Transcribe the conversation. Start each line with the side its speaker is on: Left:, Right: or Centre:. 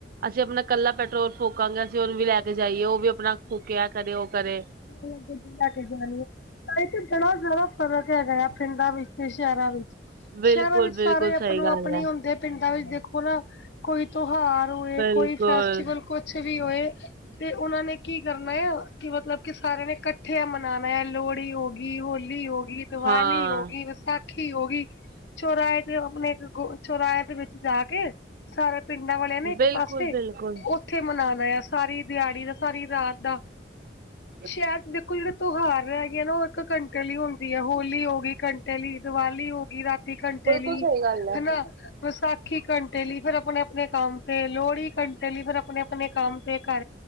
Right: ਅਸੀ ਅਪਨਾ ਕੱਲਾ ਪੈਟਰੋਲ ਫੂਕਾਂਗੇ ਅਸੀ ਓਨੂੰ ਵੀ ਲੈ ਕੇ ਜਾਈਏ ਓ ਵੀ ਅਪਨਾ ਫੂਕੇ ਐ ਕਰੇ ਓ ਕਰੇ।
Left: ਮੈਂ ਗੱਡੀ ਲੇ ਕੇ ਜਾਰੀ ਆ। ਤਾਹੀ ਤੇ ਬੜਾ ਜਾਦਾ ਫ਼ਰਕ ਹੈਗਾ ਯਾ ਪਿੰਡਾਂ ਵਿੱਚ ਤੇ ਸ਼ੈਰਾ ਵਿੱਚ।
Right: ਬਿਲਕੁਲ
Left: ਸ਼ੈਰਾਂ ਵਿੱਚ ਸਾਰੇ
Right: ਬਿਲਕੁਲ
Left: ਅਪਨੋ
Right: ਸਹੀ ਗੱਲ
Left: ਅਪਣੀ
Right: ਹੈ
Left: ਹੁੰਦੇ ਪਿੰਡਾ ਵਿੱਚ ਦੇਖੋ ਨਾ। ਕੋਈ ਤੌਹਾਰ ਹੋਏ
Right: ਬਿਲਕੁਲ
Left: ਕੋਈ ਫੈਸਟੀਵਲ ਕੁਛ ਵੀ ਹੋਏ। ਤੇ ਓਨਾ ਨੇ ਕੀ ਕਰਨਾ ਐ ਕਿ ਮਤਲਬ ਕਿ ਸਾਰਆ ਨੇ ਕੱਠੇ ਆ ਮਨਾਨਾ ਏ ਲੋੜੀ ਹੋ ਗ ਹੋਲੀ ਹੋਗੀ, ਦਵਾਲੀ
Right: ਹਾਂ
Left: ਹੋ ਗਿ, ਵਿਸਾਖੀ ਹੋ ਗਿ ਚੋਰਾਏ ਤੇ ਅਪਨੇ ਇੱਕ ਗ ਚੋਰਾਏ ਦੇ ਵਿੱਚ ਜਾ ਕੇ ਸਾਰ ਪਿੰਡਾਂ ਵਾਲਯਾ ਨੇ
Right: ਬਿਲਕੁਲ
Left: ਇੱਕ ਪਾਸੇ
Right: ਬਿਲਕੁਲ ਬਿਲਕੁਲ
Left: ਓਥੇ ਮਨਾਨਾ ਯਾ ਸਾਰੀ ਦਿਆੜੀ ਦਾ ਸਾਰੀ ਰਾਤ ਦਾ।
Right: <inaudible>
Left: ਸ਼ਯਾਦ ਦੇਖੋ ਜੇੜੇ ਤੌਹਾਰ ਰੇਗੇ ਆ ਨਾ ਓ ਇੱਕ ਘੰਟੇ ਲਈ ਹੁੰਦੀ ਐ ਹੋਲੀ ਹੋ ਗਈ ਘੰਟ ਘੰਟੇ ਲੀ ਦੀਵਾਲੀ ਹੋ ਗਿ ਰਾਤੀ ਘੰਟੇ
Right: ਬਿਲਕੁਲ
Left: ਲੀ
Right: ਸਹੀ ਗੱਲ ਹੈ
Left: ਹਨਾ ਵਸਾਖੀ ਘੰਟੇ ਲੀ ਫਿਰ ਅਪਨੇ ਅਪਨੇ ਕੰਮ ਤੇੇ ਲੋੜੀ ਘੰਟੇ ਲਈ ਫਿਰ ਅਪਨੇ ਅਪਨੇ ਕੰਮ ਤੇੇ ਘ